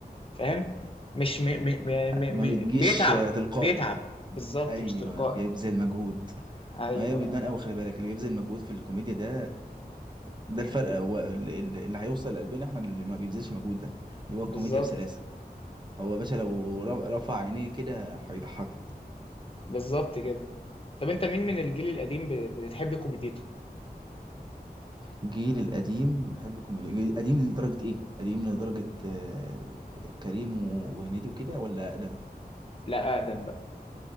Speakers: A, on the left (about 35°); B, on the right (about 25°).
A: فاهم مش م... م... م...
B: ما
A: م...
B: بتجيش
A: بيتعب
B: آه، تلقائي
A: بيتعب بالظبط
B: ايوه
A: مش تلقائي
B: بيبذل مجهود
A: ايوه
B: ما هي بتبان قوي خلي بالك اللي بيبذل مجهود في الكوميديا ده ده الفرق هو اللي, اللي هيوصل لقلبنا احنا اللي ما بيبذلش مجهود ده اللي هو الكوميديا
A: بالظبط
B: بسلاسه هو يا باشا لو ر- رفع عينيه كده هيضحكك
A: بالظبط كده طب انت مين من الجيل القديم ب... بتحب كوميديته
B: الجيل القديم بحب الكوميديا الجيل- قديم لدرجه ايه قديم لدرجه آه، كريم وهنيدي وكده ولا اقدم
A: لا اقدم بقى